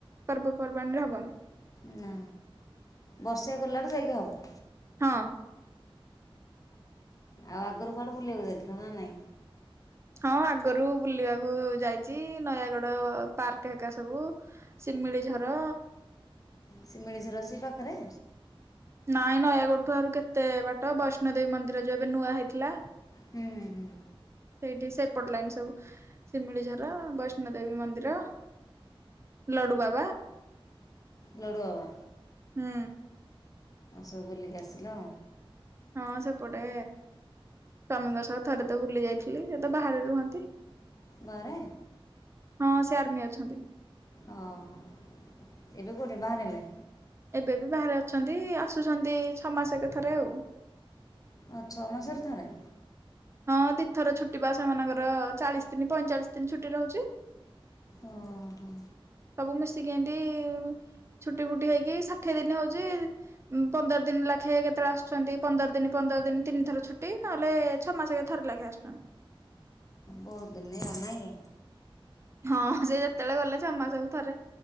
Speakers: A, on the right; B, on the left.
A: ପର୍ବପର୍ବାଣିରେ ହବନି।
B: ନା ବର୍ଷାଆ କଲାଠୁ ଯାଇକି ହବ।
A: ହଁ।
B: ଆଉ ଆଗରୁ କୁଆଡେ ବୁଲିବାକୁ ଯାଇଥିଲ ନା ନାଇଁ?
A: ହଁ ଆଗରୁ ବୁଲିବାକୁ ଯାଇଛି ନୟାଗଡ ପାର୍କ ହେକା ସବୁ। ଶିମିଳିଝର।
B: ସେ ମିଳିଝର ସେ ପାଖରେ?
A: ନାଇଁ ନୟାଗଡ଼ଠୁ ଆହୁରି କେତେ ବାଟ ବୈଷ୍ଣୋ ଦେବୀ ର ଯୋ ଏବେ ନୂଆ ହେଇଥିଲା।
B: ହୁଁ ହୁଁ ହୁଁ।
A: ସେଇଠି ସେପଟ ଲାଇନ ସବୁ ଶିମିଳିଝର ବୈଷ୍ଣୋ ଦେବୀ ମନ୍ଦିର। ଲଡୁ ବା।
B: ଲଡୁ ବାବା।
A: ହୁଁ।
B: ସବୁ ବୋଲିକି ଆସିଲ।
A: ହଁ ସେପଟେ ସ୍ଵାମୀଙ୍କ ସହ ଥରେ ତ ବୁଲି ଯାଇଥିଲି ସେ ତ ବାହାରେ ରୁହନ୍ତି।
B: ବାହାରେ?
A: ହଁ ସେ ଆର୍ମି ଅଛନ୍ତି।
B: ଓ ହୋ ଏବେ କୋଉଠି ବାହାରେ ନେ?
A: ଏବେବି ବାହାରେ ଅଛନ୍ତି ଆସୁଛନ୍ତି ଛଅ ମାସକେ ଥରେ ଆଉ।
B: ଅଁ ଛଅ ମାସରେ ଥରେ?
A: ହଁ ଦି ଥର ଛୁଟିବା ସେମାନଙ୍କର ଚାଳିଶି ଦିନ ପଇଁଚାଳିଶି ଦିନ ଛୁଟି ରହୁଚି
B: ଓହୋ।
A: ସବୁ ମିଶିକି ଏମିତି ଛୁଟି ଫୁଟି ହେଇକି ଷାଠିଏ ଦିନ ହଉଚି ପନ୍ଦର ଦିନ ଲାଖେ କେତେବେଳେ ଆସୁଚନ୍ତି ପନ୍ଦର ଦିନ ପନ୍ଦର ଦିନ ତିନି ଥର ଛୁଟି ନହେଲେ ଛଅ ମାସେକେ ଥର ଲେଖେ ଆସୁଚନ୍ତି।
B: ବୋହୁତ୍ ଦିନି ନାଗି?
A: ହଁ ସେ ଯେତେବେଳେ ଗଲେ ଛଅମାସକୁ ଥରେ